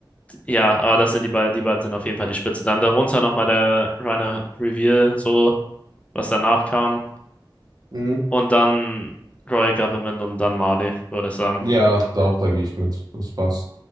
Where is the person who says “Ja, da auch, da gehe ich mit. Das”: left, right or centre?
Right